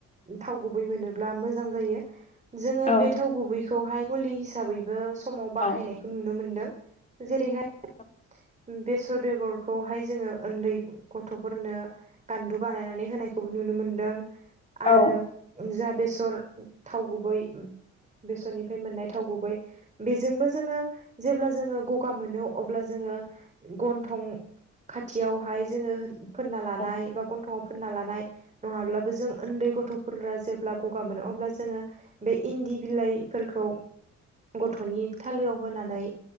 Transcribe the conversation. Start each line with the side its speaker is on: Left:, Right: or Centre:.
Right: थाव गुबै मोनोब्ला मोजां जायो जोङो
Left: औ
Right: बे थाव गुबैखौहाय मुलि हिसाबैबो समाव
Left: औ
Right: बाहायनायखौ नुनो मोनदों जेरैहाय
Left: <inaudible>
Right: बेसर बेगरखौहाय जोङो उन्दै गथ'फोरनो गान्दु बानायनानै होनायखौबो नु नुनो मोनदों
Left: औ
Right: आरो जा बेसर थाव गुबै बेसरनिफ्राय मोननाय थाव गुबै बेजोंबो जोङो जेब्ला जोङो गगा मोनो अब्ला जोङो गन्थं खाथियावहाय जोङो फोनना लानाय
Left: औ
Right: बा गन्थंआव फोनना लानाय नङाब्लाबो जों उन्दै गथ'फोरा जेब्ला गगा मोनो अब्ला जोङो बे इन्दि बिलाइफोरखौ गथ'नि थालोयाव होनानै